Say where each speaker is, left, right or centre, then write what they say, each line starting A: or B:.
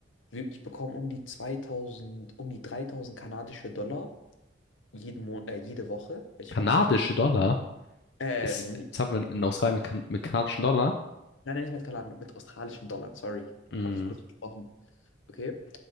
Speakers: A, on the left (about 80°); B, on the left (about 60°).
A: Wir- Ich bekomme um die 2000, um die 3000 kanadische Dollar jeden Mon äh, jede Woche. also Ich
B: kanadische
A: werde wöchentlich.
B: Dollar.
A: Ähm,
B: Ist,
A: nie-
B: jetzt haben wir in Australien mit, kan mit kanadischen Dollar.
A: nein, nein, nicht mit Kanadien, mit australischen Dollar, sorry.
B: Mm,
A: Habe ich kurz versprochen. Okay.